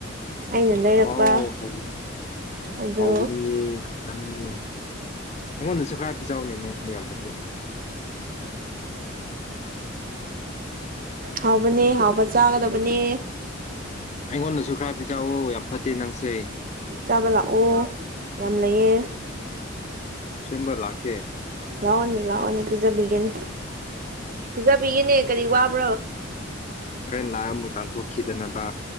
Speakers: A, on the right; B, on the left.
A: ꯑꯩꯅ ꯂꯩꯔꯛꯄ
B: ꯑꯣ ꯍꯅꯤ
A: ꯑꯗꯨ
B: ꯍꯥꯎꯒꯅꯤ ꯎꯝ ꯑꯩꯉꯣꯟꯗꯁꯨ ꯈꯔ ꯄꯤꯖꯥꯎꯅꯦ ꯅꯪ ꯃ ꯌꯥꯝ ꯐꯠꯇꯦ
A: ꯍꯥꯎꯕꯅꯦ ꯍꯥꯎꯕ ꯆꯥꯒꯗꯕꯅꯦ
B: ꯑꯩꯉꯣꯟꯗꯁꯨ ꯈꯔ ꯄꯤꯖꯥꯛꯑꯣ ꯌꯥꯝ ꯐꯠꯇꯦ ꯅꯪꯁꯩ
A: ꯆꯥꯕ ꯂꯥꯛꯑꯣ ꯌꯥꯝ ꯂꯩꯌꯦ
B: ꯁꯕꯔ ꯂꯈꯦ
A: ꯂꯥꯛꯑꯅꯤ ꯂꯥꯛꯑꯣꯅꯤ ꯄꯤꯖꯕꯤꯒꯦꯅꯤ ꯄꯤꯖꯕꯤꯒꯦꯅꯦ ꯀꯔꯤ ꯋꯥꯕ꯭ꯔꯥ
B: ꯈꯔ ꯂꯥꯏ ꯑꯃꯨꯛ ꯇꯥꯟꯊꯣꯛꯈꯤꯗꯅꯕ